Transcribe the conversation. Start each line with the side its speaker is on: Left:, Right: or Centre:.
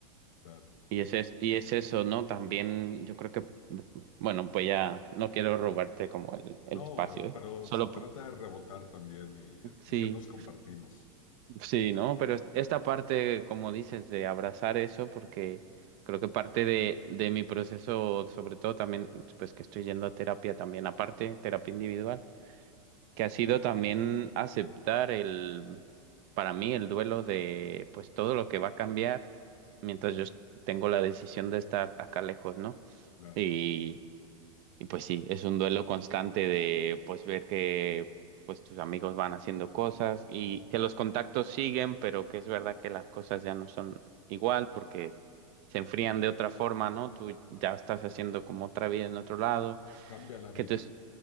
Left: claro.
Right: Y es, es- y es eso, ¿no? También yo creo que, mm, bueno, voy a, no quiero robarte como el, el
Left: No,
Right: espacio, ¿eh?
Left: pero
Right: Solo,
Left: se trata
Right: po-
Left: de rebotar también y este,
Right: sí,
Left: que nos compartimos,
Right: sí, ¿no? Pero es- esta parte, como dices, de abrazar eso, porque creo que parte de, de mi proceso, sobre todo también, pues que estoy yendo a terapia también, aparte, terapia individual, que ha sido también aceptar el, para mí, el duelo de, pues todo lo que va a cambiar mientras yo tengo la decisión de estar acá lejos, ¿no?
Left: claro.
Right: Y Y pues sí, es un duelo constante de pues ver que pues tus amigos van haciendo cosas y que los contactos siguen, pero que es verdad que las cosas ya no son igual porque se enfrían de otra forma, ¿no? Tú ya estás haciendo como otra vida en otro lado,
Left: Cambia la vida,
Right: que tus